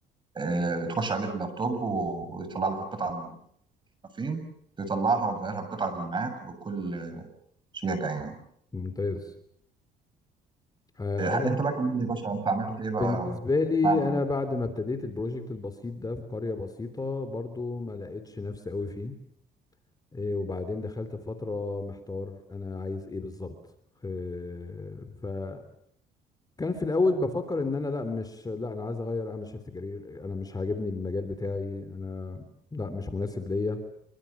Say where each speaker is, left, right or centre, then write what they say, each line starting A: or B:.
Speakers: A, on the right; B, on the left.
A: آه، تخش عليه باللابتوب و- ويطلع لك القطعه اللي فين تطلعها وتغيرها القطعه اللي معاك وكل شيء يعني
B: ممتاز آه،
A: إيه،
B: انا
A: انت بقى كمل لي يا باشا انت عملت ايه
B: بالنسبه
A: بقى
B: لي
A: بعد
B: انا بعد ما ابتديت البروجكت البسيط ده في قريه بسيطه برضو ما لقيتش نفسي قوي فيه إيه وبعدين دخلت في فترة محتار أنا عايز إيه بالظبط إيه فكان في الأول بفكر إن أنا لا مش لا أنا عايز أغير أعمل شيفت كارير أنا مش عاجبني المجال بتاعي أنا لا مش مناسب ليا